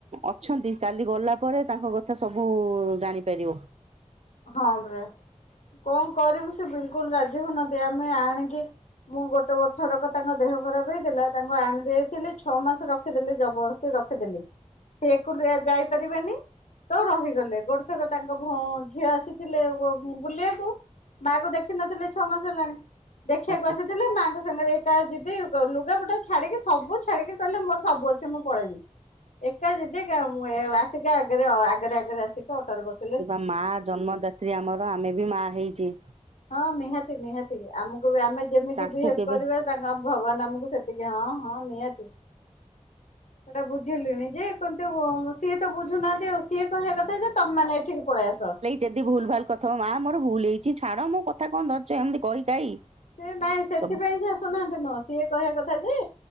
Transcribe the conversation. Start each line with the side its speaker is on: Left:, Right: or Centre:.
Right: ଅଛନ୍ତି କାଲି ଗଲା ପରେ ତାଙ୍କ କଥା ସବୁ ଜାଣିପାରିବ।
Left: ହଁ ପରା କଣ କରିବୁ ସେ ବିଲିକୁଲ୍ ରାଜି ହଉନାହାନ୍ତି ଆମେ ଆଣିକି ମୁଁ ଗୋଟେ ବର୍ଷ ଥରକ ତାଙ୍କ ଦେହ ଖରାପ ହେଇଥିଲା ତାଙ୍କୁ ଆଣିଦେଇଥିଲି ଛଅ ମାସ ରଖିଦେଲି ଜବରଦସ୍ତି ରଖିଦେଲି। ସେ ଏକୁଟିଆ ଯାଇପାରିବେନି ତ ରହିଗଲେ ଗୋଟେ ଥର ତାଙ୍କ ଭଉ ଝିଅ ଆସିଥିଲେ ବ ବ ବୁଲିବାକୁ ମା କୁ ଦେଖିନଥିଲେ ଛଅ ମାସ ହେଲାଣି ଦେଖିବାକୁ
Right: ଆଚ୍ଛା
Left: ଆସି ଥିଲେ ମାଙ୍କ ସାଙ୍ଗେ ଏକା ଯିବି ଗ ଲୁଗା ପଟା ଛାଡିକି ସବୁ ଛାଡିକି କହିଲେ ମୋର ସବୁ ଅଛି। କି ମୁଁ ପଳେଇମି ଏକା ଯିଦି କ ଏ ମୁଁ ଆସିକି ଆଗରେ ଅ ଆଗରେ ଆଗରେ ଆସିକି ଅଟରେ ବସ
Right: ସେ ବା ମା ଜନ୍ମଦାତ୍ରୀ ଆମର ଆମେ ବି ମା ହେଇଚି।
Left: ହଁ ନିହାତି ନିହାତି ଆମକୁ ଆମେ ଯେମିତି
Right: ତାଙ୍କୁ
Left: ବିହେଭ
Right: କେବେ
Left: କରିବା ତା କ ଭଗବାନ ଆମକୁ ସେତିକି ହଁ ହଁ ନିହାତି। ସେଟା ବୁଝିଲିଣି ଯେ କନ୍ତୁ ସିଏ ତ ବୁଝୁନାହାନ୍ତି ଆଉ। ସିଏ କହିବା କଥା ଯେ ତମ ମାନେ ଏଠିକି ପଳେଇ ଆସ।
Right: ଯେଦି ଭୁଲ ଭାଲ କଥା ହବ ମା ମୋର ଭୁଲ ହେଇଛି ଛାଡ ମୁଁ କଥା କଣ ଧରିଚ ଏମିତି କହି କାଇ
Left: ସେ ନାଇଁ ସେଥିପାଇଁ
Right: ସବୁ
Left: ସେ ଆସୁନାହାନ୍ତି ନୁହ ସିଏ କହିବା କଥା ଯେ